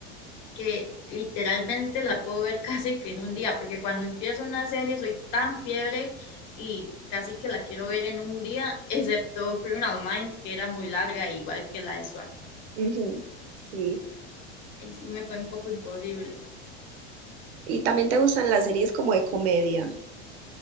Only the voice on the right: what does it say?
Ujú, Sí.
¿Y también te gustan las series como de comedia?